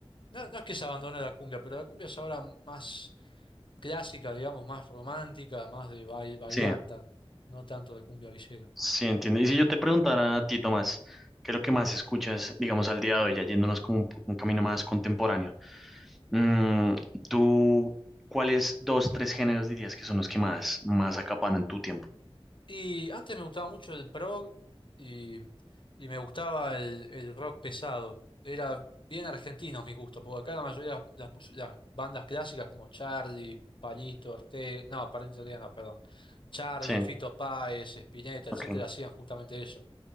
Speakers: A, on the left; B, in the centre.
A: No, no es que se abandone la cumbia, pero la cumbia es ahora más clásica, digamos, más romántica, más de bail- bailanta,
B: Sí,
A: no tanto de cumbia villera.
B: sí, entiende. Y si yo te preguntara a ti, Tomás, ¿qué es lo que más escuchas, digamos, al día de hoy, ya yéndonos como un, p- un camino más contemporáneo? Mm, ¿tú cuáles dos, tres géneros dirías que son los que más, más acaparan tu tiempo?
A: Y antes me gustaba mucho el prog y, y me gustaba el, el rock pesado. Era bien argentinos mis gustos, porque acá la mayoría de las, mus- las bandas clásicas como Charlie, Palito Ortega, no, Palito Ortega no, perdón. Charlie,
B: Sí,
A: Fito Páez, Spinetta, etcétera,
B: ok.
A: hacían justamente eso.